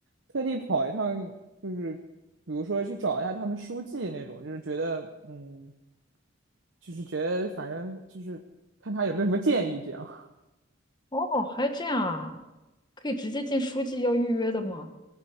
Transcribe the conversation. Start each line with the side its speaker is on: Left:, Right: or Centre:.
Right: 特地跑一趟，就是比如说去找一下他们书记那种，就是觉得，嗯，就是觉得反正就是看他有没有什么建议这样。
Left: <laughs> 哦，还这样啊？可以直接见书记要预约的吗？